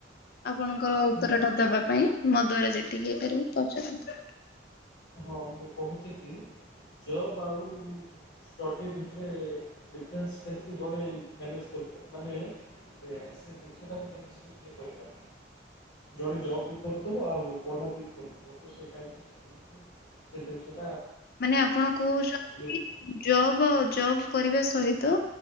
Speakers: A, on the left; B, on the left.
A: ଆପଣଙ୍କର ଉତ୍ତରଟା
B: ହୁଁ
A: ଦବା ପାଇଁ ମୋ ଦ୍ଵାରା ଯେତିକି ହେଇପାରିବ ପଚାରନ୍ତୁ।
B: ହଁ ମୁଁ କହୁଚି କି ଜବ୍ ଆଉ ଷ୍ଟଡ଼ି ଭିତରେ ଡିଫରେନ୍ସ କେମତି ଜଣେ ମ୍ୟାନେଜ୍ କରି ମାନେ ଯେ ସେ ଦିନିଷଟାକୁ କେମତି ଇଏ କରିପା ଜଣେ ଜବ୍ ବି କରୁଥୁବ ଆଉ ପଢ଼ା ବି କରୁଥୁବ ତ ସେ ଟାଇମ୍ ରେ ସିଏ କେମତି ସେ ଜିନିଷ
A: ମାନେ ଆପଣ କୋହୁଛନ୍ତି
B: କରି-
A: ଜବ୍ ଆଉ ଜବ୍ କରିବା ସହିତ